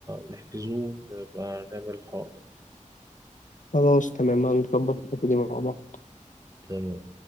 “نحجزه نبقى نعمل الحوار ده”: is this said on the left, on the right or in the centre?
Right